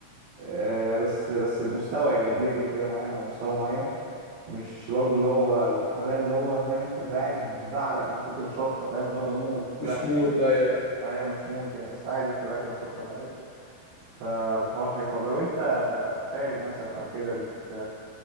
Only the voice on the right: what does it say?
آه، بس بس بمستوى يعني بليفل كده معين او مستوى معين مش برضو اللي هو الحراق اللي هو فاهم انت بعد بعرق من كتر الشطه فاهم اللي هو بموت
لا
يعني
ايوه مش موت يعني بس عادي اكل اكل مشطشط عادي فالحوار حلو طب لو انت خارج مثلا او كده بت